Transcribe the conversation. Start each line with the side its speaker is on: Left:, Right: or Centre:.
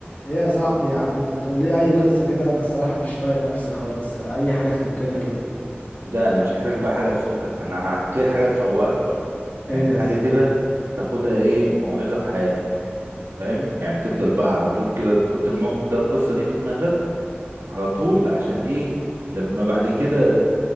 Left: ايه يا صاحبي يا عم ما تقول لي اي قصه كده انا الصراحه مش طايق نفسي خالص اي حاجه تفكنا كده
Right: ده انا مش هحكي لك بقى حاجه تفكك انا هحكي لك حاجه تفوقك بقى
Left: ايه
Right: يعني
Left: ده
Right: حاجه كده تاخدها ايه موعظه في حياتك فاهم يعني تفضل بقى على طول كده تحط الموقف ده القصه دي في دماغك على طول عشان ايه لما بعد كده